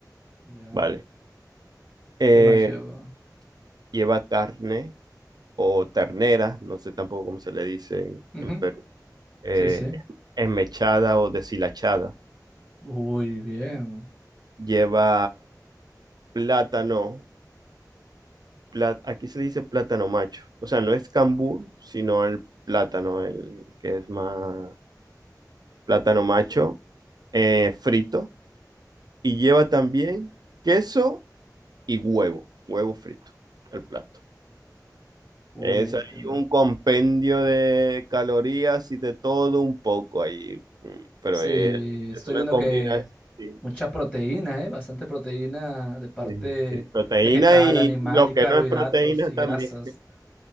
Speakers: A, on the left; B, on the right.
A: Ya,
B: vale. Eh,
A: ¿qué más lleva?
B: lleva carne o ternera, no sé tampoco cómo se le dice en
A: Ujú,
B: en Perú. eh,
A: Sí, sí.
B: enmechada o deshilachada.
A: Uy, bien.
B: Lleva plátano, pla- aquí se dice plátano macho, o sea, no es cambur, sino el plátano, el que es más plátano macho eh, frito. Y lleva también queso y huevo, huevo frito, el plato.
A: Uy,
B: Es
A: entiendo.
B: ahí un compendio de calorías y de todo un poco ahí, mm, pero
A: Sí,
B: es,
A: estoy
B: es una
A: viendo
B: combinación.
A: que
B: sí.
A: mucha proteína, ¿eh? Bastante proteína de parte
B: Sí, sí, Proteína
A: vegetal,
B: y,
A: animal
B: y lo
A: y
B: que
A: carbohidratos
B: no es proteína
A: y
B: también.
A: grasas.